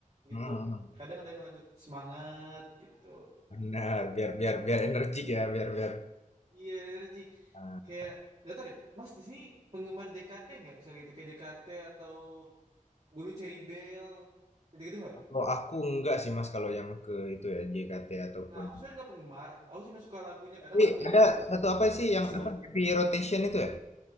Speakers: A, on the left; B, on the right.
A: mhm
B: gitu.
A: mhm,
B: Kadang ada yang lagu semangat gitu.
A: nah biar biar biar energik ya, biar biar
B: Iya, bener Ji.
A: ah,
B: Kayak Gak tau deh, Mas di sini penggemar JKT nggak? Misalnya gitu, kayak JKT atau dulu Cherry Bell, gitu-gitu nggak?
A: kalau aku enggak sih Mas, kalau yang ke itu ya, JKT ataupun
B: Nah, aku sebenarnya nggak penggemar. Aku cuma suka lagunya.
A: tapi
B: Kadang lagunya
A: ada
B: juga
A: satu apa sih
B: masuk.
A: yang apa, Happy Rotation itu ya?